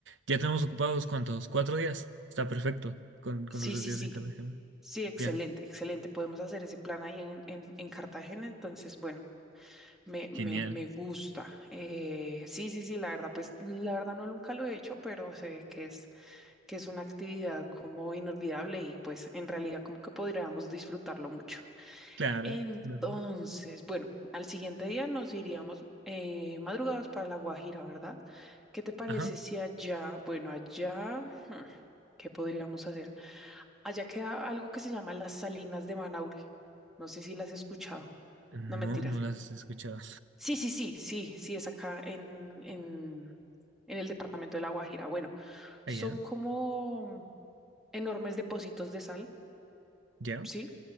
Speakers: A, on the right (about 75°); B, in the centre.
A: ya tenemos ocupados ¿cuántos? Cuatro días. Está perfecto con, con
B: sí,
A: los dos
B: sí,
A: días
B: sí,
A: en Cartagena.
B: sí, excelente,
A: Ya,
B: excelente. Podemos hacer ese plan ahí en, en, en Cartagena, entonces, bueno, me, me,
A: genial.
B: me gusta. Eh, sí, sí, sí, la verdad, pues la verdad no nunca lo he hecho, pero se ve que es, que es una actividad como inolvidable y pues en realidad como que podríamos disfrutarlo mucho.
A: Claro.
B: Entonces,
A: no-
B: bueno, al siguiente día nos iríamos eh, madrugados para La Guajira, ¿verdad? ¿Qué te parece
A: Ajá.
B: si allá, bueno, allá, hmm, ¿qué podríamos hacer? Allá queda algo que se llama las Salinas de Manaure. No sé si las has escuchado.
A: No,
B: No mentiras.
A: no las he escuchado.
B: Sí, sí, sí, sí, sí, es acá en, en, en el departamento de La Guajira. Bueno,
A: Allá,
B: son como enormes depósitos de sal,
A: ya.
B: ¿sí?